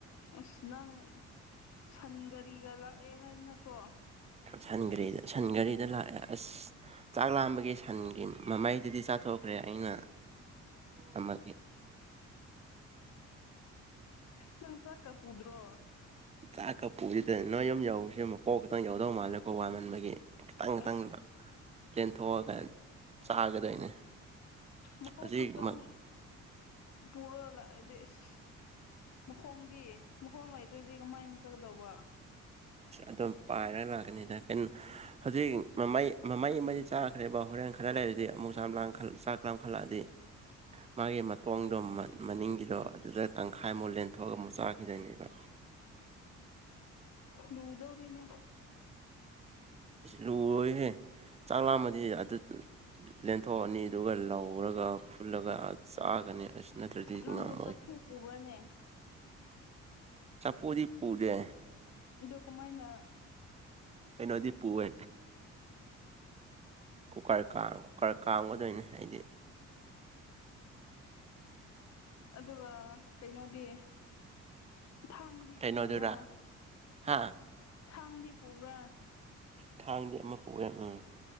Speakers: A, on the left (about 60°); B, on the right (about 20°).
A: ꯑꯁ ꯅꯪ ꯁꯟ ꯀꯔꯤꯒ ꯂꯥꯛꯑꯦ ꯍꯥꯏꯕ ꯅꯠꯇ꯭ꯔꯣ
B: ꯁꯟ ꯘꯔꯤꯗ ꯁꯟ ꯘꯔꯤꯗ ꯂꯥꯛꯑꯦ ꯑꯁ ꯆꯥꯛ ꯂꯥꯝꯕꯒꯤ ꯁꯟꯒꯤ ꯃꯃꯩꯗꯗꯤ ꯆꯥꯊꯣꯛꯈ꯭ꯔꯦ ꯑꯩꯅ ꯑꯃ
A: ꯅꯪ ꯆꯠꯀ ꯄꯨꯗ꯭ꯔꯣ
B: ꯆꯥꯛꯀ ꯄꯨꯔꯤꯗꯅ ꯅꯣꯏ ꯌꯨꯝ ꯌꯧꯁꯤꯨꯛ ꯀꯣꯛ ꯈꯤꯛꯇꯪ ꯌꯧꯗꯧ ꯃꯥꯜꯂꯦꯀꯣ ꯋꯥꯃꯟꯕꯒꯤ ꯈꯤꯇꯪ ꯈꯤꯇꯪ
A: ꯑꯁ
B: ꯂꯦꯟꯊꯣꯛꯑꯒ ꯆꯥꯒꯗꯣꯏꯅꯦ
A: ꯃꯀꯣꯛ
B: ꯍꯧꯖꯤꯛꯃꯛꯀ
A: ꯈꯛꯇꯪ ꯄꯨꯔ ꯂꯥꯛꯑꯗꯤꯁ ꯃꯈꯣꯡꯗꯤ ꯃꯈꯣꯡ ꯂꯩꯇ꯭ꯔꯣꯏꯗꯤ ꯒ ꯃꯥꯏꯟꯁꯒꯗꯧꯕ
B: ꯑꯗꯨꯝ ꯄꯥꯏꯔꯒ ꯂꯥꯛꯀꯅꯤꯗ ꯀꯩꯅꯣ ꯍꯧꯖꯤꯛ ꯃꯃꯩ ꯃꯃꯩ ꯑꯃꯗꯤ ꯆꯥꯈ꯭ꯔꯦꯕ ꯍꯣꯔꯦꯟ ꯈꯔ ꯂꯩꯔꯗꯤ ꯑꯃꯨꯛ ꯆꯥꯝ ꯂꯥꯡ ꯀꯈꯂꯛꯑꯗꯤ ꯃꯥꯒꯤ ꯃꯇꯣꯡꯗꯣ ꯃꯅꯤꯡꯒꯤꯗꯣ ꯑꯗꯨꯗ ꯇꯪꯈꯥꯏꯃꯨꯛ ꯂꯦꯟꯊꯣꯛꯑꯒ ꯑꯃꯨꯛ ꯆꯥꯈꯤꯗꯣꯏꯅꯦꯕ
A: ꯂꯨꯗꯧꯔꯤꯅꯦ
B: ꯂꯔꯣꯏꯍꯦ ꯆꯥꯛꯂꯛꯑꯝꯃꯗꯤ ꯑꯗꯨ ꯂꯦꯟꯊꯣꯛꯑꯅꯤ ꯑꯗꯨꯒ ꯂꯧꯔꯒ ꯐꯨꯜꯂꯒ ꯆꯥꯒꯅꯤ ꯑꯁ ꯅꯠꯇ꯭ꯔꯗꯤ
A: ꯅꯪꯕꯨ
B: ꯉꯝꯃꯣꯏ
A: ꯆꯐꯨ ꯄꯨꯕ꯭ꯔꯅꯦ
B: ꯆꯐꯨꯗꯤ ꯄꯨꯗꯦ
A: ꯑꯗꯨ ꯀꯃꯥꯏꯅ
B: ꯀꯩꯅꯣꯗꯤ ꯄꯨꯋꯦ ꯀꯨꯀꯔ ꯀꯨꯀꯔ ꯀꯥꯝꯒꯗꯣꯏꯅꯤ ꯑꯩꯗꯤ
A: ꯑꯗꯨꯒ ꯀꯩꯅꯣꯗꯤ ꯊꯥꯡꯗꯤ
B: ꯀꯩꯅꯣꯗꯨꯔꯥ
A: ꯄꯨꯕꯔꯥ
B: ꯍꯥ
A: ꯊꯥꯡꯗꯤ ꯄꯨꯕꯔꯥ
B: ꯊꯥꯡꯗꯤ ꯑꯃ ꯄꯣꯛꯑꯦ ꯎꯝ